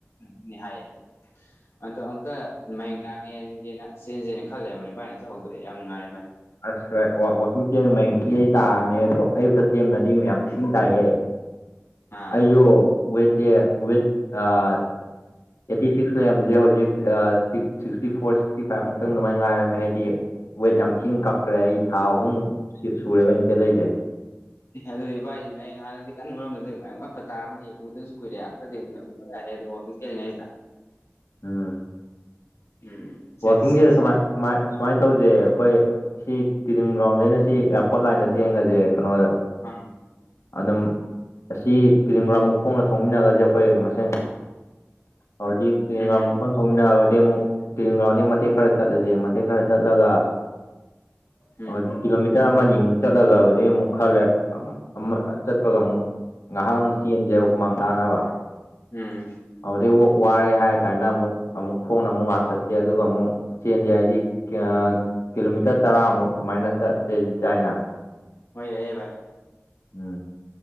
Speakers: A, on the left; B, on the left.
A: <unintelligible> ꯍꯥꯏꯌꯦ ꯑꯗꯣ ꯑꯇꯣ ꯑꯃꯨꯛꯇ ꯃꯌꯦꯡ ꯇꯥꯒꯦꯅ ꯆꯦꯟꯁꯦꯅ ꯈꯜꯂꯦ ꯏꯕꯥꯏ ꯇ ꯍꯧꯗꫭꯔꯦ ꯌꯥꯝ ꯅꯨꯉꯥꯏꯔꯦ ꯚꯥꯏ
B: ꯑꯁ ꯍꯣꯏ ꯋꯥ ꯋꯥꯛꯀꯤꯡ ꯆꯦꯟ ꯃꯌꯦꯡ ꯊꯤꯅ ꯇꯥꯔꯝꯃꯦ ꯑꯗꯣ ꯑꯌꯨꯛꯇ ꯆꯦꯟꯕꯗꯤ ꯃꯌꯥꯝ
A: ꯎꯝ
B: ꯊꯤꯟ ꯇꯥꯏꯍꯦ
A: ꯑꯥ
B: ꯑꯩꯖꯨ ꯋꯦꯠ ꯁꯦ ꯋꯦꯠ ꯑꯦꯠꯇꯤ ꯁꯤꯛꯁ ꯂꯩꯔꯝꯕꯁꯦ ꯍꯧꯖꯤꯛ ꯁꯤꯛꯁꯇꯤ ꯐꯣꯔ ꯁꯤꯛꯁꯇꯤ ꯐꯥꯏꯚ ꯃꯨꯛꯇꯪ ꯑꯗꯨꯃꯥꯏꯅ ꯉꯥꯏꯔꯝꯅꯦ ꯍꯥꯏꯗꯤ ꯋꯦꯠ ꯌꯥꯝ ꯊꯤꯅ ꯀꯛꯈ꯭ꯔꯦ ꯑꯩ ꯊꯥ ꯑꯍꯨꯝꯃꯨꯛ ꯁꯨꯔꯦꯕ ꯑꯩꯅ ꯆꯦꯜꯂꯛꯢꯁꯦ
A: ꯑꯗꯨꯗꯤ ꯚꯥꯏꯁꯦ ꯃꯌꯦꯡ ꯍꯥꯟꯅꯗꯤ ꯀꯟꯅ ꯅꯣꯏꯔꯝꯕꯗꯒꯤ ꯃꯌꯦꯡ ꯇꯥꯔꯝꯅꯤ ꯎꯗꯁꯨ ꯀꯨꯏꯔꯦ ꯑꯝꯇꯗꯤ ꯎꯅꯕ ꯍꯣꯏ ꯌꯥꯔꯦ ꯑꯗꯨ ꯋꯥꯛꯀꯤꯡ ꯆꯦꯜꯂꯤꯉꯩꯗ
B: ꯎꯝ
A: ꯎꯝ ꯆꯦꯟꯁꯤ
B: ꯋꯥꯀꯤꯡꯖꯦ
A: ꯆꯦꯟꯁꯤ
B: ꯁꯃꯥꯏ ꯁꯃꯥꯏ ꯁꯨꯃꯥꯏꯅ ꯇꯧꯖꯦ ꯑꯩꯈꯣꯏ ꯁꯤ ꯇꯤꯗꯤꯝ ꯒ꯭ꯔꯥꯎꯟꯗꯩꯅ ꯁꯤ ꯑꯦꯌꯥꯔꯄꯣꯠ ꯂꯥꯏꯟꯗ ꯆꯦꯟꯒ꯭ꯔꯁꯦ ꯀꯩꯅꯣꯗ
A: ꯎꯝ
B: ꯑꯗꯨꯝ ꯑꯁꯤ ꯇꯤꯗꯤꯝꯒ꯭ꯔꯥꯎꯟ ꯈꯣꯡꯅ ꯊꯣꯛꯃꯤꯟꯅꯈ꯭ꯔꯁꯦ ꯑꯩꯈꯣꯏ ꯃꯁꯦꯟ ꯑꯧꯗꯤ ꯇꯤꯗꯤꯝ
A: ꯎꯝ
B: ꯒ꯭ꯔꯥꯎꯟ ꯃꯨꯛ ꯈꯣꯏꯅ ꯊꯣꯛꯃꯤꯟꯅꯔꯨꯔꯗꯤ ꯑꯃꯨꯛ ꯇꯤꯗꯤꯝ ꯒ꯭ꯔꯥꯎꯟꯗꯩ ꯃꯇꯦꯛ ꯈꯔ ꯆꯠꯂꯁꯦ ꯃꯇꯦꯛ ꯈꯔ ꯆꯠꯂꯒ
A: ꯎꯝ
B: ꯑꯗꯨ ꯀꯤꯂꯣꯃꯤꯠ ꯇꯔ ꯑꯃꯅꯤꯃꯨꯛ ꯆꯠꯂꯒ ꯑꯗꯩ ꯑꯃꯨꯛ ꯈꯜꯂꯦ ꯑꯃ ꯆꯠꯄꯒ ꯑꯃꯨꯛ ꯉꯥꯍꯥꯛ ꯑꯃꯨꯛ ꯆꯦꯟꯁꯦꯕ ꯍꯨꯃꯥꯡ ꯇꯥꯅꯕ
A: ꯎꯝ
B: ꯑꯗꯨꯗꯩ ꯋꯥꯔꯦ ꯍꯥꯏꯔ ꯀꯥꯟꯗ ꯑꯃꯨꯛ ꯑꯃꯨꯛ ꯈꯣꯡꯅ ꯑꯃꯨꯛ ꯉꯥꯍꯥꯛ ꯆꯠ ꯆꯦꯜꯁꯦ ꯑꯗꯨꯒ ꯑꯃꯨꯛ ꯆꯦꯟꯖꯦ ꯍꯥꯏꯗꯤ ꯑꯥ ꯀꯤꯂꯣꯃꯤꯇꯔ ꯇꯔꯥꯃꯨꯛ ꯑꯗꯨꯃꯥꯏꯅ ꯆꯠꯁꯦꯁꯨ ꯌꯥꯏꯅ
A: ꯍꯣꯏ ꯌꯥꯏꯑꯦ ꯚꯥꯏ
B: ꯎꯝ